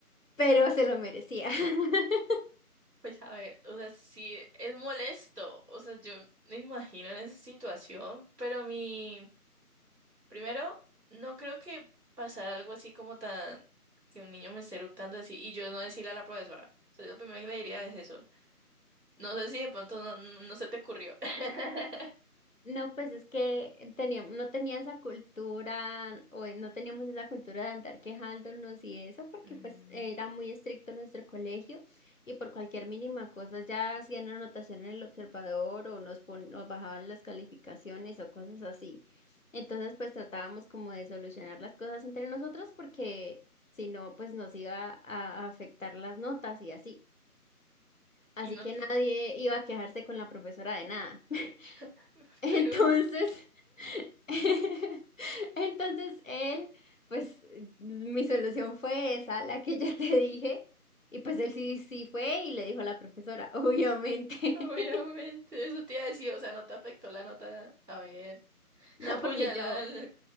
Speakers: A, on the left (about 55°); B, on the right (about 85°).
A: pero se lo merecía. <laughs>
B: pues a ver, o sea, sí, es molesto, o sea, yo me imagino en esa situación, pero mi, primero, no creo que pasara algo así como tan, que un niño me esté eructando así, y yo no decirle a la profesora, o sea, yo lo primero que le diría es eso, no sé si de pronto no, no, no se te ocurrió, <laughs>
A: No, pues es que teníamos, no tenía esa cultura, o eh, no teníamos esa cultura de andar quejándonos y eso, porque
B: Mm,
A: pues era muy estricto nuestro colegio y por cualquier mínima cosa ya hacían anotación en el observador o nos, pon- nos bajaban las calificaciones o cosas así. Entonces pues tratábamos como de solucionar las cosas entre nosotros porque si no pues nos iba a a afectar las notas y así. Así
B: y no,
A: que nadie iba a quejarse con la profesora de nada. <laughs>
B: <laughs>
A: Entonces...
B: pero
A: <laughs> Entonces él, pues mi solución fue esa, la que ya te dije, y pues él sí, sí fue y le dijo a la profesora, <laughs> obviamente.
B: obviamente
A: <laughs>
B: eso te iba a decir, o sea, no te afectó la nota, a ver, <laughs>
A: No
B: apuñalada,
A: porque yo,